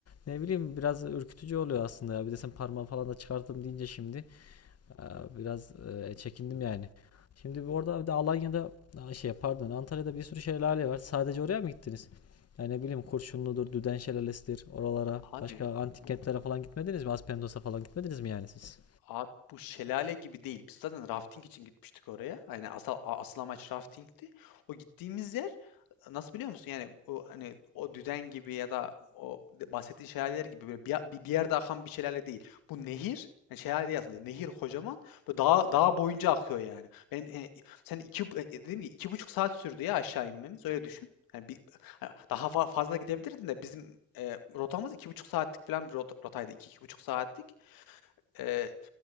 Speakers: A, on the left; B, on the left.
A: ne bileyim biraz ürkütücü oluyor aslında ya. Bir de sen parmağı falan da çıkarttım deyince şimdi. Ee, Biraz e, çekindim yani. Şimdi bu orada bir de Alanya'da aa, şey pardon
B: Abi
A: Antalya'da bir sürü şelale var. Sadece oraya mı gittiniz? Yani ne bileyim Kurşunlu'dur, Düden Şelalesi'dir oralara.
B: Abi
A: Başka antik
B: bu
A: kentlere falan gitmediniz mi? Aspendos'a falan gitmediniz mi yani siz?
B: abi bu şelale gibi değil. Biz zaten rafting için gitmiştik oraya. Yani asıl a- asıl amaç raftingti. O gittiğimiz yer e, nasıl biliyor musun? Yani o hani o düden gibi ya da o de- bahsettiğin şelaleler gibi böyle bir, bir bir yerde akan bir şelale değil. Bu nehir, yani şelale değil aslında. Nehir kocaman ve dağ dağ boyunca akıyor yani. Ben e, sen iki bu- e, dedim ki iki buçuk saat sürdü ya aşağı inmemiz. Öyle düşün. Yani bir, Ha, Daha fa- fazla gidebilirdin de bizim e, rotamız iki buçuk saatlik falan bir rota- rotaydı. İki, iki buçuk saatlik. Ee,